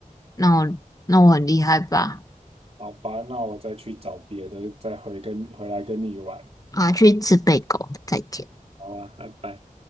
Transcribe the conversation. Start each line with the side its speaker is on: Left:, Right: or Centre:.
Left: 那我那我很厉害吧？
Right: 好吧，那我再去找别的，再回跟回来跟你玩。
Left: 啊，去吃贝果，再见。
Right: 好吧，拜拜。